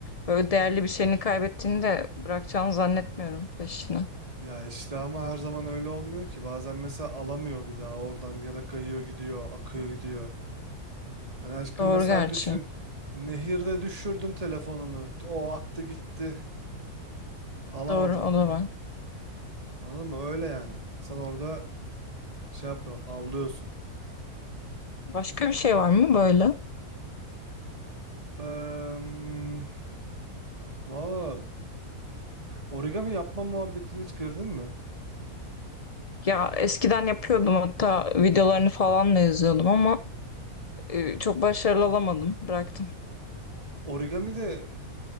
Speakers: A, on the left; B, on the right.
A: Böyle değerli bir şeyini kaybettiğini de bırakacağını zannetmiyorum peşine.
B: Ya işte ama her zaman öyle olmuyor ki. Bazen mesela alamıyor bir daha oradan ya da kayıyor gidiyor, akıyor gidiyor. Hani aşkım
A: Doğru
B: mesela
A: gerçi.
B: düşün. Nehirde düşürdün telefonunu. O aktı gitti. Alamadın.
A: Doğru o da var.
B: Anladın mı? Öyle yani. Sen orada şey yapıyorsun, avlıyorsun.
A: Başka bir şey var mı böyle?
B: Eee valla origami yapma muhabbetine hiç girdin mi?
A: Ya eskiden yapıyordum hatta videolarını falan da izliyordum ama e, çok başarılı olamadım. Bıraktım.
B: Origami de